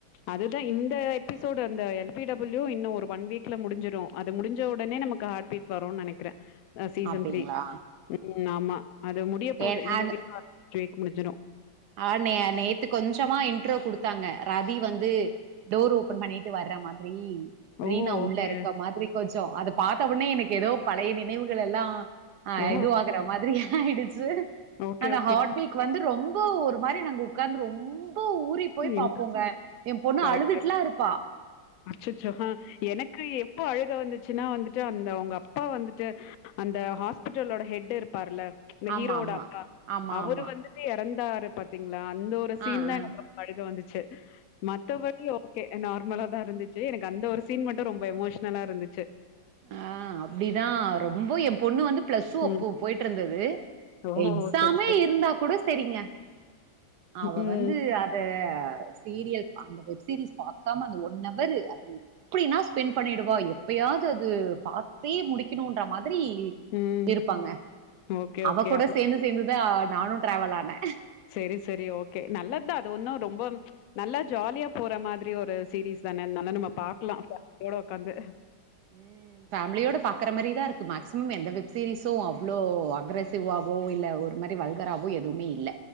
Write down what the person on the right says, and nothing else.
அப்டிங்களா
ஏ
அது
ஆ நே நேத்து கொஞ்சமா இன்ட்ரோ குடுத்தாங்க ரதி வந்து டோர் ஓபன் பண்ணிட்டு வர மாதிரி
ரீனா உள்ள
இருக்க மாதிரி கொஞ்ச அத பாத்த உடனே எனக்கு ஏதோ பழைய நினைவுகள் எல்லா அ
எதுவாகுற மாதிரி ஆயிடுச்சு
அந்த
ஹாட்பீக் வந்து ரொம் ஒரு மாதிரி நாங்க உட்கார்ந்து ரொம் போ ஊறி போய்
பாப்போங்க எ பொண்ணு
அழுதுட்லா இருப்பா
ஆமா
ஆமா
ஆமா
ஆமா
ஆ
ஆ
ஆ அப்டிதா ரொம்ப எ பொண்ணு வந்து பிளஸ் ஓ
அப்ப போய்ட்டு இருந்தது
எக்ஸாமே
இருந்தா கூட சரிங்க அவ
வந்து அத ஆ சீரியல் அந்த வெப் சீரிஸ் பாக்காம அது ஒன் அவரு அது எப்டினா ஸ்பெண்ட் பண்ணிடுவா எப்பயாது அது பாத்தே முடிக்கணுன்ற மாதி ரி
இருப்பாங்க
அவ
கூட
சேர்ந்து சேர்ந்துதா நானு டிராவல் ஆனே
உம் ஃபேமிலியோட பாக்குற மாரிதா இருக்கு மேக்சிமம் எந்த வெப் சீரிஸும் அவ்ளோ அக்ரசி வ்வாவோ இல்லை ஒரு மாரி வல்கராவோ எதுவுமே இல்ல